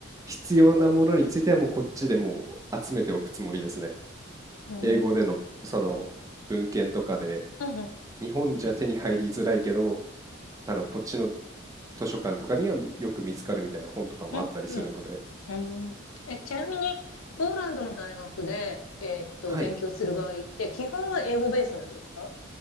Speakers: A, on the right (about 15°); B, on the left (about 90°).
A: 必要なものについてはもうこっちでもう集めておくつもりですね。
B: なるうん、
A: 英語でのその文献とかで、
B: うん、うん、
A: 日本じゃ手に入りづらいけど、あの、こっちの図書館とかにはよく見つかるみたいな本とかもあったりするので、
B: うん、うん。え、ちなみに、ポーランドの大学で、えーっと、
A: はい。
B: 勉強する場合って、基本は英語ベースなんですか